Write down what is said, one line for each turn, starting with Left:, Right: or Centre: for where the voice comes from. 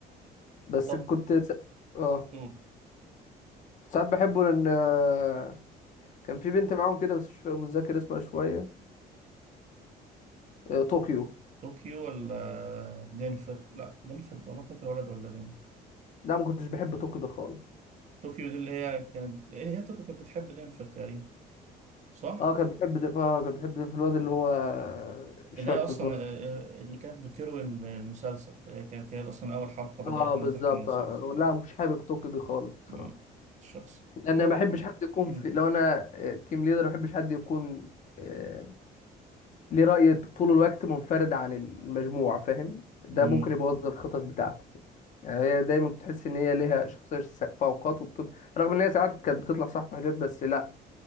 Left: بس
Right: طب
Left: كنت س... اه
Right: أوه.
Left: ساعات بحبه لان آه، كان في بنت معاهم كده بس مش فا- متذكر اسمها شويه آه، طوكيو
Right: طوكيو ولا دنفر لا دنفر ده انا فاكر ولد ولا بنت
Left: لا ما كنتش بحب طوكيو ده خالص
Right: طوكيو دي اللي هي كانت هي طوكيو كانت بتحب دنفر تقريبا صح
Left: اه كان بيحب ده اه كان بيحب ده في الواد اللي هو آه، شاب
Right: اللي هي أصلا
Left: صغير
Right: آه، آه، اللي كانت بتروي المسلسل آه، كانت هي أصلا أول حلقة بدأت
Left: اه بالظبط
Right: إنها تحكي المسلسل
Left: آه.
Right: آه.
Left: لا مش حابب طوكيو دي خالص بصراحه
Right: مم. الشخص
Left: لان
Right: آه
Left: ما بحبش حد يكون
Right: مم.
Left: في لو انا آه، تيم ليدر ما بحبش حد يكون آه، ليه راي طول الوقت منفرد عن المجموعه فاهم ده
Right: مم.
Left: ممكن يبوظ لي الخطط بتاعتي فاهم؟ يعني هي دايما تحس ان هي ليها شخصيه س- فوقات وبتب... رغم ان هي ساعات كانت بتطلع صح في حاجات بس لا